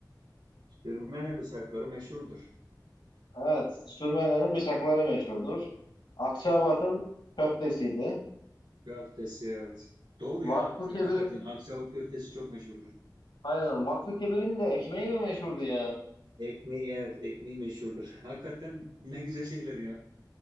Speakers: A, on the right; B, on the left.
A: Sürmene bıçakları meşhurdur.
B: Evet, Sürmelerin bıçakları meşhurdur. Akçaabat'ın köftesiydi.
A: Köftesi evet. Doğru
B: Vakfı
A: ya. hak-
B: Kebir'in,
A: Hakikaten Akçabat köftesi çok meşhurdur.
B: aynen Vakfı Kebir'in de ekmeği mi meşhurdu ya?
A: Ekmeği evet ekmeği meşhurdur. Hakikaten ne güzel şeyler ya.